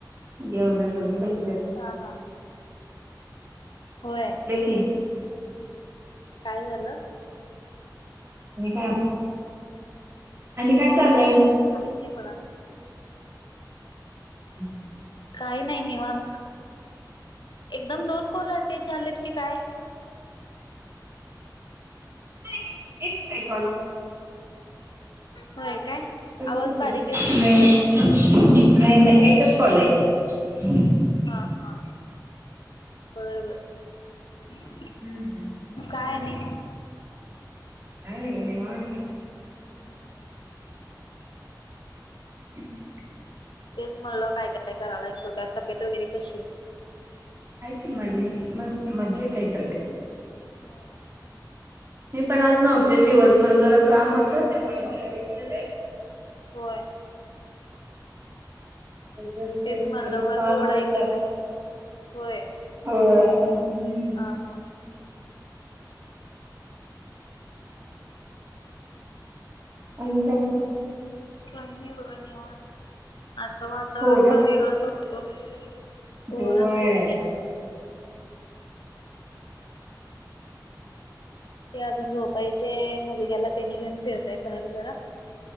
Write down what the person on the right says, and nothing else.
येऊन जाोगी बस <unintelligible>
नकी <unintelligible>
आणि काय? आणि काय चाललं?
हम्.
नाही, एकच आहे कॉल.
तस
कस,
नाही,
नाही. नाही, नाही, एकच कॉल हाय की.
हं, हं.
काय नाही बघ निवांत.
<inaudible>
हाय की मजे मस्त मजेत आहे तब्बे
मी पण आज नव्हते दिवसभर जरा काम होतं त्यामुळं बाहेर गेलेले.
माझी बस
त्या तिकडंच
पाच वाजता
आली.
होय हम.
आणि काय मग
पोरं
होय